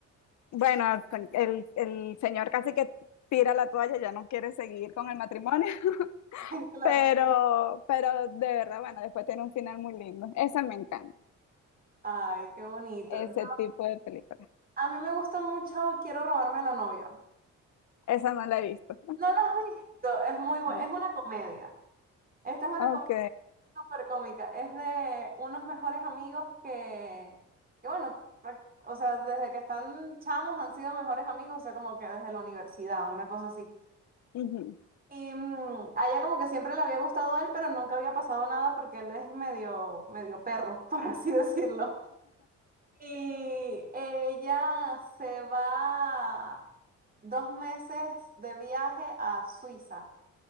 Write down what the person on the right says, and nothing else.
<laughs> Claro.
Ay, qué bonito.
Yo-
a mí me gusta mucho Quiero robarme a la novia.
No la has visto, es muy buena,
es una comedia. Esta es una
comedia súper cómica. Es de unos mejores amigos que, que bueno, prac- o sea, desde que están chamos han sido mejores amigos, o sea, como que desde la universidad, una cosa así.
Y mm, a ella como que siempre le había gustado él, pero nunca había pasado nada porque él es medio, medio perro, <laughs> por así decirlo. Y ella se va dos meses de viaje a Suiza.